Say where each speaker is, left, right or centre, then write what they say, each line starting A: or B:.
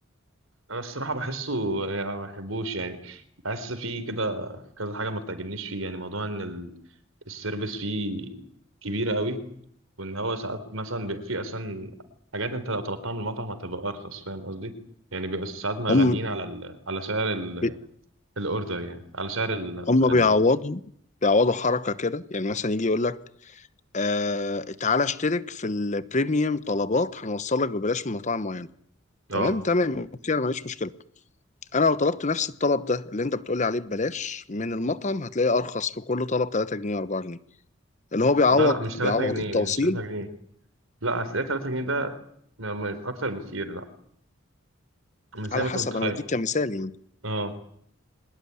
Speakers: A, on the right; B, on the left.
A: انا الصراحه بحسه يعني ما بحبوش يعني بحس فيه كده كذا حاجه ما بتعجبنيش فيه يعني موضوع ان السيرفيس فيه كبيرة قوي وإن هو ساعات مثلا بيبقى فيه أصلا حاجات أنت لو طلبتها من المطعم هتبقى أرخص فاهم قصدي؟ يعني بيبقى ساعات مغلين
B: هم
A: على ال... على سعر ال...
B: بي...
A: الأوردر يعني على سعر ال...
B: هم بيعوضوا
A: ال...
B: بيعوضوا حركه كده يعني مثلا يجي يقول لك آه تعالى اشترك في البريميوم طلبات هنوصل لك ببلاش من مطاعم معينه
A: اه
B: تمام تمام اوكي انا ماليش مشكله انا لو طلبت نفس الطلب ده اللي انت بتقولي عليه ببلاش من المطعم هتلاقيه ارخص في كل طلب 3 جنيه 4 جنيه اللي هو بيعوض
A: لا لا مش
B: بيعوض
A: 3 جنيه
B: التوصيل
A: مش 3 جنيه لا هتلاقي 3 جنيه ده م- م- أكتر بكتير لا مش زي
B: على
A: ما
B: حسب
A: أنت متخيل
B: انا بديك كمثال يعني
A: اه